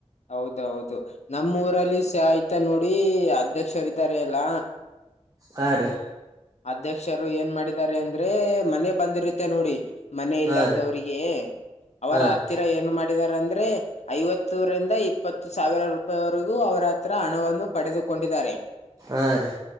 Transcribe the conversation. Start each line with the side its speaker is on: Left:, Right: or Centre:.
Left: ಹೌದೌ ಹೌದ ನಮ್ಮ ಊರಲ್ಲಿ ಶಾ ಆಯ್ತಾ ನೋಡಿ ಅಧ್ಯಕ್ಷರ ಇದ್ದಾರೆ ಎಲ್ಲ
Right: ಹಾ ರೀ
Left: ಅಧ್ಯಕ್ಷರು ಏನ್ ಮಾಡಿದ್ದಾರೆ ಅಂದ್ರೆ ಮನೆ ಬಂದಿರುತ್ತೆ ನೋಡಿ ಮನೆ ಇಲ್ಲಾರ್ದವರಿಗೆ
Right: ಹಾ ರೀ
Left: ಅವರ
Right: ಹಾ
Left: ಹತ್ತಿರ
Right: ರೀ
Left: ಏನು ಮಾಡಿದಾರಂದ್ರೆ ಐವತ್ತುರಿಂದ ಇಪ್ಪತ್ತು ಸಾವಿರ ರೂಪಾಯಿವರೆಗೂ ಅವರ ಹತ್ರ ಹಣವನ್ನು ಪಡೆದುಕೊಂಡಿದ್ದಾರೆ.
Right: ಹಾರಿ